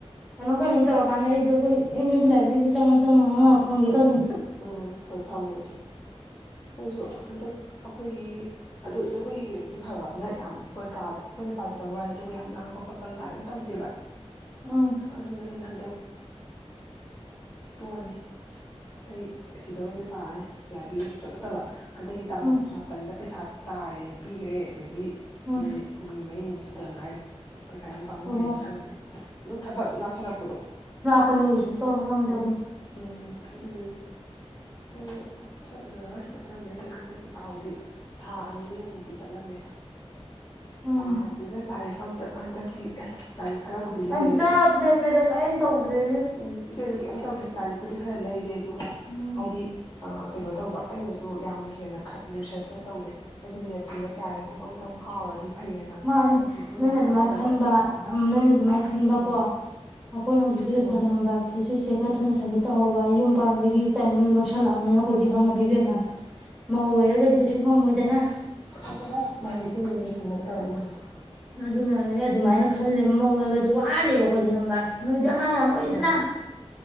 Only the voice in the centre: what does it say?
ꯀꯩꯅꯣ ꯀꯩꯅꯣ ꯇꯧꯔꯀꯥꯟꯗ ꯑꯩꯁꯨ ꯑꯩꯈꯣꯏ ꯑꯦꯝ ꯌꯨꯒꯤꯥꯏꯕ꯭ꯔꯦꯔꯤꯗ ꯆꯪꯉꯒ ꯆꯪꯉ ꯉꯥꯏꯥꯛ ꯐꯪꯒꯦ ꯈꯜꯂꯤ
ꯎꯝ
ꯎꯝ
ꯎꯝ
ꯍꯣꯍꯣ
ꯂꯥꯛꯄꯅꯤꯔꯤꯁꯦꯁ ꯇꯧꯔ ꯉꯝꯗꯕꯅꯤ
ꯎꯝ
ꯑꯩꯁꯨ ꯆꯥꯕ ꯂꯦꯞꯄꯦꯗ ꯀꯥꯏꯝ ꯇꯧꯗ꯭ꯔꯦ
ꯎꯝ
ꯃꯥꯅꯦ
ꯅꯣꯏꯅ
ꯑꯗꯨꯃꯥꯏꯅ
ꯈꯟꯕ ꯅꯣꯏꯅ ꯑꯗꯨꯃꯥꯏꯅ ꯈꯟꯕ
ꯀꯣ ꯑꯩꯈꯣꯏꯅ ꯍꯧꯖꯤꯛꯁꯦ
ꯀꯩ ꯈꯜꯂꯤ ꯈꯕ ꯊꯦꯆꯠꯁꯦ ꯈꯔ ꯊꯨꯅ ꯁꯃꯤꯠ ꯇꯧꯍꯧꯕ ꯌꯨꯝ ꯄꯥꯟꯕꯗꯒꯤ ꯇꯥꯏꯃꯤꯡꯗꯣ ꯅꯛꯁꯜꯂꯛꯑꯕꯅꯤꯅ ꯑꯩꯈꯣꯏꯗꯤ
ꯈꯪꯉ ꯄꯤꯕꯤ ꯑꯃꯅ
ꯃꯧ ꯑꯣꯏꯔꯒꯗꯤ ꯀꯩꯁꯨ ꯉꯝꯃꯣꯏꯗꯅ
ꯑꯗꯨ ꯑꯗꯨꯅ ꯑꯗꯨꯃꯥꯏꯅ ꯈꯜꯂꯦꯕ ꯃꯧꯡ ꯑꯣꯏꯕꯗꯤ ꯋꯥꯔꯅꯦꯕ ꯑꯩꯈꯣꯏꯗꯤ ꯍꯪꯕ ꯅꯣꯏꯗꯤ ꯑꯉꯥꯡ ꯌꯥꯝ ꯑꯣꯏꯔꯤꯗꯅ